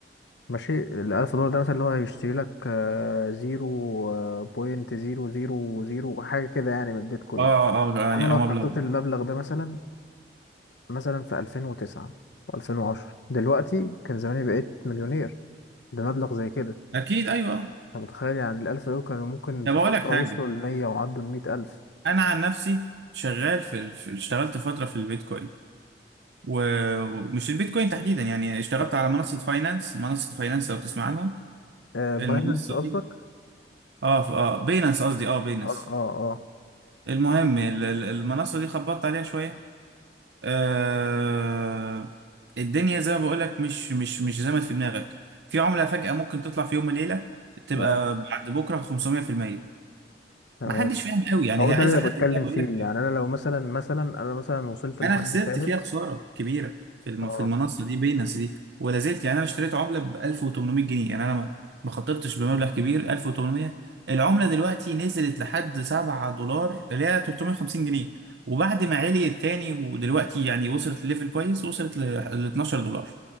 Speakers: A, on the left; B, on the right.
A: ماشي ال 1000 دولار ده مثلا اللي هو هيشتري لك آه، زيرو بوينت زيرو زيرو زيرو حاجة كده يعني من البيتكوين
B: اه اه آه، يعني
A: انا لو
B: اه مبلغ
A: حطيت المبلغ ده مثلا مثلا في 2009 و2010 دلوقتي كان زماني بقيت مليونير بمبلغ زي كده
B: اكيد ايوه آه.
A: انت متخيل يعني الألف يورو كانوا ممكن
B: طب
A: في
B: اقول
A: فترة
B: لك حاجه
A: وصلوا للمية وعدوا المية ألف
B: انا عن نفسي شغال في ال- في- اشتغلت فتره في البيتكوين و- ومش البيتكوين تحديدا يعني اشتغلت
A: تمام.
B: على منصه فاينانس منصه فاينانس لو تسمع عنها
A: آه باينانس
B: المنصه
A: قصدك؟
B: دي اه ف- اه بينانس قصدي اه بينانس
A: اه اه اه
B: المهم ال- ال- المنصة دي خبطت عليها شوية آه الدنيا زي ما بقولك مش مش مش زي ما في دماغك في عملة فجأة ممكن تطلع في يوم وليلة تبقى
A: اه
B: بعد بكرة 500%
A: تمام
B: محدش فاهم قوي يعني
A: هو
B: هي
A: ده
B: عايزة
A: اللي انا
B: حد
A: بتكلم
B: يقول
A: فيه
B: لك
A: يعني انا لو مثلا مثلا انا مثلا وصلت لحد
B: انا خسرت
A: فاهم
B: فيها خساره كبيره في الم...
A: اه
B: في المنصه دي بينانس دي ولا زلت يعني انا اشتريت عمله ب 1800 جنيه يعني انا ما ما خطرتش بمبلغ كبير 1800 العمله دلوقتي نزلت لحد 7 دولار اللي هي 350 جنيه وبعد ما عليت تاني ودلوقتي يعني وصلت لليفل كويس وصلت ل ل 12 دولار